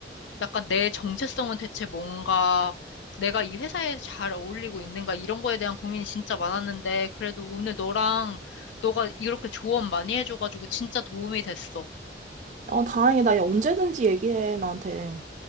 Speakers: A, on the left; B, on the right.
A: 약간 내 정체성은 대체 뭔가 내가 이 회사에 잘 어울리고 있는가 이런 거에 대한 고민이 진짜 많았는데 그래도 오늘 너랑 너가 이렇게 조언 많이 해줘가지고 진짜 도움이 됐어.
B: 어, 다행이다. 야, 언제든지 얘기해, 나한테.